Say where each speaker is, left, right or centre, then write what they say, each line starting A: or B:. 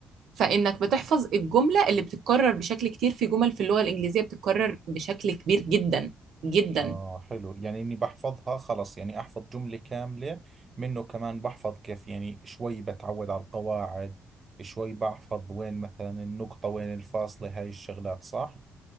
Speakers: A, on the right; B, on the right.
A: فانك بتحفظ الجمله اللي بتتكرر بشكل كتير في جمل في اللغه الانجليزيه بتتكرر بشكل كبير جدا جدا
B: آه حلو يعني إني بحفظها خلص يعني أحفظ جملة كاملة منه كمان بحفظ كيف يعني شوي بتعود على القواعد شوي بحفظ وين مثلا النقطة وين الفاصلة هاي الشغلات صح؟